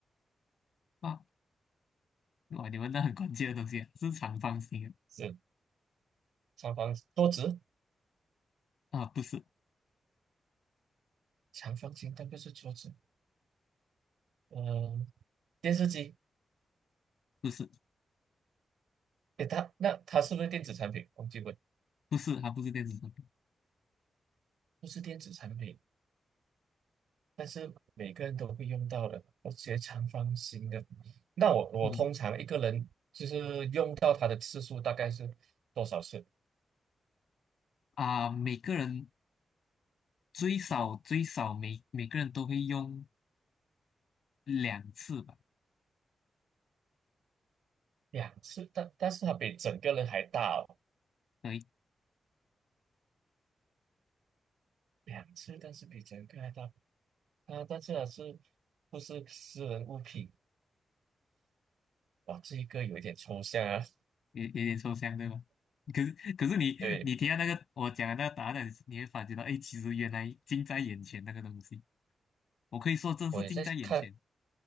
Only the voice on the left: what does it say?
哇哇，你们到很关键的东西啊，是长方形
啊，啊，不是
不是
不是，它不是电子产品，
嗯。啊、每个人最少最少每每个人都会用两次吧，
所以
也有点抽象，对吧？<laughs> 可是可是你你听到那个我讲的那个答案，
你会发觉到，哎，其实原来近在眼前那个东西，我可以说真是近在眼前。